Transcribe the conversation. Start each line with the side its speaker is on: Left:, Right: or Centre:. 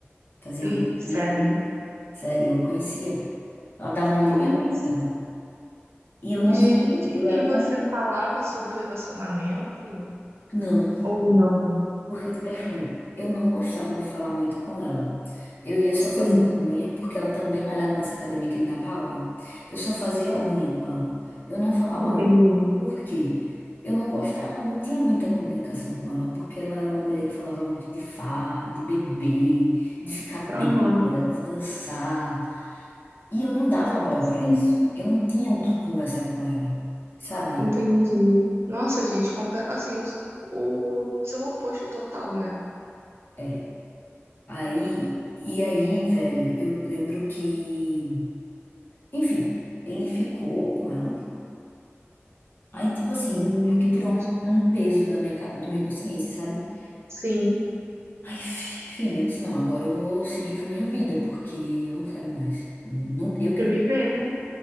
Left: Fazia
Right: Hum, sério.
Left: manicure. Sério, eu conhecia. Ela dava uma de
Right: Como
Left: minha amiga.
Right: assim?
Left: E eu não
Right: Gente,
Left: via. Eu era
Right: e você
Left: tão...
Right: falava sobre o relacionamento?
Left: Não.
Right: Ou não?
Left: Porque, tipo assim, eu não gostava de falar muito com ela. Eu ia só fazer
Right: Sim,
Left: unha, porque ela também malhava nessa academia que ele dava aula. Eu só fazia unha com ela. Eu não falava
Right: entendi.
Left: Por quê? Eu não gostava, não tinha muita comunicação com ela, porque ela era uma mulher que falava muito de farra, de beber, de ficar bêbada,
Right: Aham.
Left: de dançar. E eu não dava bola
Right: Sim,
Left: para isso. Eu não tinha o que conversar com ela, sabe?
Right: entendi. Nossa, gente, compa- assim, os- o, seu oposto total, né?
Left: É. Aí, e aí, velho, eu lembro que, enfim, ele ficou com ela. Aí, tipo assim,
Right: Hum,
Left: meio que tirou um, um peso da minha, ca- da minha consciência, sabe?
Right: Sim,
Left: Aí, fi- enfim, eu disse, não, agora eu vou seguir com a minha vida, porque eu não quero mais. Não, eu que
Right: viver,
Left: não.
Right: né?